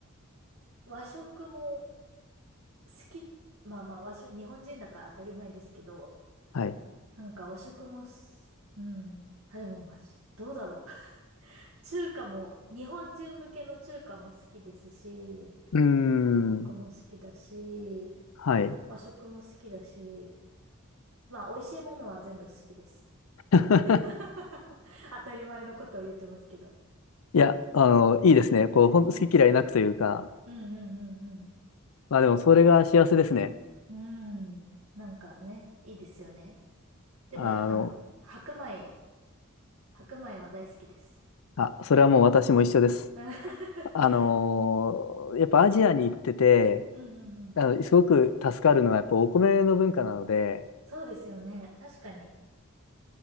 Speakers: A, on the right; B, on the left.
A: 和食も好き、まあまあ和食、日本人だから当たり前ですけど、
B: はい。
A: なんか和食もす、うん。あ、でも和食、どうだろう。<laughs> 中華も、日本人向けの中華も好きですし、
B: うーん。
A: 韓国も好きだし、
B: はい。
A: 和食も好きだし、まあ、美味しいものは全部好きです。
B: <laughs>
A: <laughs> 当たり前のことを言ってますけど。
B: いや、あの、いいですね。こう、ほんと好き嫌いなくというか、
A: うん。うんうんうん
B: まあでもそれが幸せですね。
A: うん。うん。なんかね、いいですよね。でもやっぱ、
B: あの、
A: 白米、白米は大好きです。
B: あ、それはもう私も一緒です。
A: <laughs>
B: あのーやっぱアジアに行ってて、
A: うんうんうん。
B: あの、すごく助かるのはやっぱお米の文化なので、
A: そうですよね。確かに。